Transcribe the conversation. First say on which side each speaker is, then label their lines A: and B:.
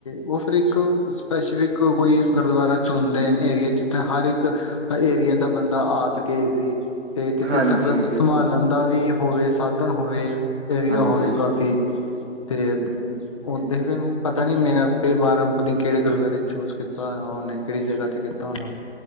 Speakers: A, on the left; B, on the right.
A: ਉਹ ਫਿਰ ਇੱਕ ਸਪੈਸਫਿਕ ਕੋਈ ਗੁਰਦੁਆਰਾ ਚੁਣਦੇ ਏਰੀਏ ਜਿੱਥੇ ਹਰ ਇੱਕ ਏਰੀਏ ਦਾ ਬੰਦਾ ਆ ਸਕੇ ਜੀ। ਤੇ ਜਿੱਥੇ
B: ਹਾਂਜੀ
A: ਸੰਗਤ ਸੰਭਾਲਣ।
B: ਬਿਲਕੁਲ
A: ਦਾ ਵੀ ਹੋਵੇ ਸਾਧਨ ਹੋਵੇ ਏਰੀਆ
B: ਹਾਂਜੀ
A: ਹੋਵੇ ਕਾਫੀ, ਤੇ ਓਦੇ ਫੇਰ ਪਤਾ ਨੀ ਮੈਂ ਆਪੇ ਬਾਰਾਂ। ਪਤਾ ਨੀ ਕਿਹੜੇ ਗੁਰਦੁਆਰੇ ਚੂਜ ਕੀਤਾ ਹੋਇਆ ਉਹਨੇ ਕਿਹੜੀ ਜਗ੍ਹਾ ਤੇ ਕੀਤਾ ਹੋਣਾ